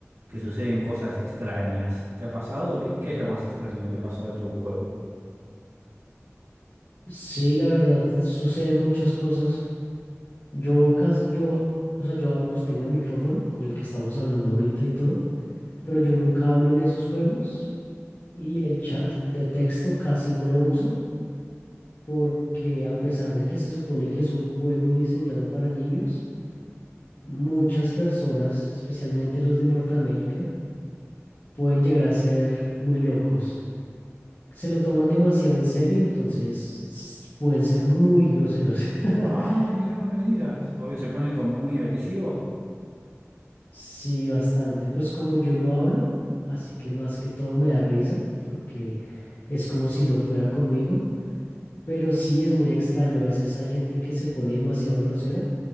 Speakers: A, on the right; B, on the left.
A: que suceden cosas extrañas. ¿Te ha pasado? ¿Qué, qué es lo más extraño que te pasó dentro de un juego?
B: Sí, la verdad, suceden muchas cosas. Yo casi, yo, o sea, yo ah, pues tengo el micrófono con el que estamos hablando ahorita y todo, pero yo nunca hablo en esos juegos y el chat de texto casi no lo uso porque a pesar de que se supone que es un juego diseñado para niños, muchas personas, especialmente los de Norteamérica, pueden llegar a ser muy locos. Se lo toman demasiado en serio, entonces s- pueden ser muy groseros.
A: Ah,
B: <laughs>
A: mirá, no me digas. O se ponen como muy agresivos.
B: Sí, bastante. Pues como yo no hablo, así que más que todo me da risa porque es como si no fuera conmigo, pero sí es muy extraño. A veces hay gente que se pone demasiado grosera